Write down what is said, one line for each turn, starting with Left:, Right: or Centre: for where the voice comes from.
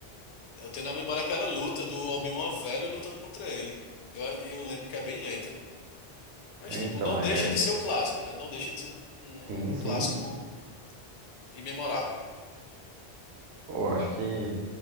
Left: Eu tenho na memória aquela luta do Obi-Wan velho lutando contra ele. Eu, a- e eu lembro que é bem lenta. Mas,
Right: É,
Left: tipo,
Right: então,
Left: não deixa
Right: é,
Left: de ser o clássico, né? Não deixa de ser um, um,
Right: sim,
Left: um
Right: sim.
Left: clássico imemorável.
Right: Pô, eu acho que